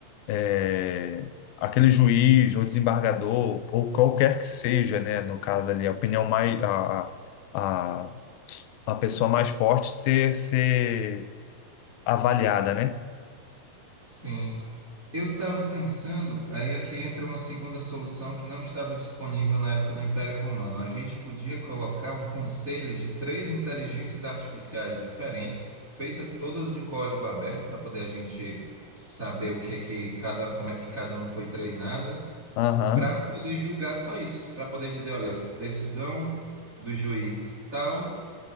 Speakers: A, on the left (about 75°); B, on the right (about 20°).
A: é, aquele juiz ou desembargador ou qualquer que seja, né, no caso ali, a opinião mais a, a, a a pessoa mais forte ser ser avaliada, né?
B: Sim. Eu estava pensando, aí aqui entra uma segunda solução que não estava disponível na época do Império Romano. A gente podia colocar um conselho de três inteligências artificiais diferentes, feitas todas de código aberto, para poder a gente saber o que que cada, como é que cada uma foi treinada,
A: Aham,
B: para poder julgar só isso, para poder dizer, olha, decisão do juiz tal,